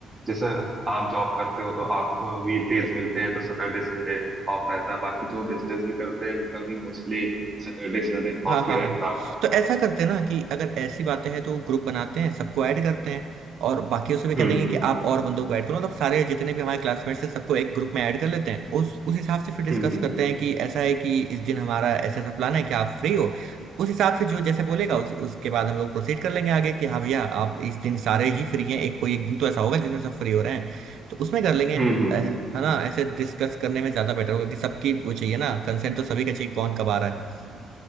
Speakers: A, on the right; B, on the right.
A: जैसे आप जॉब करते हो तो आपको वीकडेज मिलते हैं तो सैटरडे संडे ऑफ रहता है बाकी जो बिजनेस भी करते हैं उनका भी मोस्टली सैटरडे संडे
B: हाँ
A: ऑफ
B: हाँ
A: ही रहता
B: हाँ
A: है
B: तो ऐसा करते हैं ना कि अगर ऐसी बातें हैं तो ग्रुप बनाते हैं सबको ऐड करते हैं और बाकियों से भी कह
A: हम्म
B: देंगे कि आप और बंदों को ऐड करो मतलब सारे जितने भी हमारे क्लासमेट्स हैं सबको एक ग्रुप में ऐड कर लेते हैं उस उस हिसाब से फिर डिस्कस
A: हम्म
B: करते हैं कि ऐसा है कि इस दिन हमारा ऐसा ऐसा प्लान है कि आप फ्री हो उस हिसाब से जो जैसे बोलेगा उस, उसके बाद हम लोग प्रोसीड कर लेंगे आगे कि हाँ भैया आप इस दिन सारे ही फ्री हैं एक कोई एक दिन तो ऐसा होगा जिसमें सब फ्री हो रहे हैं तो उसमें कर लेंगे
A: हम्म हम्म
B: अ, है ना ऐसे डिस्कस करने में ज्यादा बेटर होगा कि सबकी वो चाहिए ना कंसेंट तो सभी का चाहिए कौन कब आ रहा है